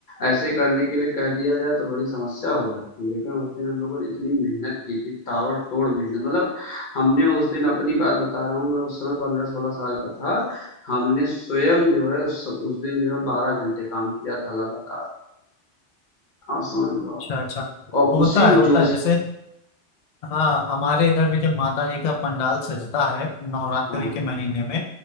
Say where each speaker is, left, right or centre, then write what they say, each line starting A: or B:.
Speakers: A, on the left (about 45°); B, on the left (about 75°).
A: ऐसे करने के लिए कह दिया जाए तो बड़ी समस्या हो जाती है लेकिन उस दिन हम लोगों ने इतनी मेहनत की थी ताबड़तोड़ मेहनत मतलब हमने उस दिन अपनी बात बता रहा हूँ मैं उस समय पंद्रह सोलह साल का था हमने स्वयं जो है उस, उस दिन जो है बारह घंटे काम किया था लगातार आप समझ लो आप
B: अच्छा अच्छा
A: और
B: होता
A: उसी
B: है होता
A: जोश
B: है जैसे हाँ हमारे इधर भी जब माता जी का पंडाल सजता है नवरात्रि
A: हाँ
B: के
A: हाँ,
B: महीने में